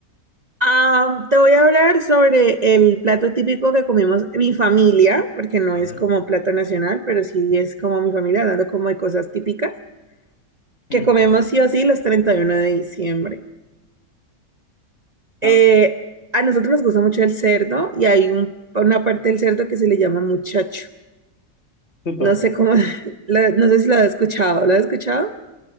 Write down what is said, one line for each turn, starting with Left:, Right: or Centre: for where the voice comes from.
Right: Ah, te voy a hablar sobre el plato típico que comemos mi familia, porque no
Left: A
Right: es
Left: ver.
Right: como plato nacional, pero sí es como mi familia, hablando como de cosas típicas, que
Left: Mm,
Right: comemos sí o sí los 31 de diciembre. Eh,
Left: A ver,
Right: a nosotros nos gusta mucho el cerdo y hay un- una parte del cerdo que se le llama muchacho.
Left: upa.
Right: No sé cómo, <laughs> la- no sé si lo has escuchado. ¿Lo has escuchado?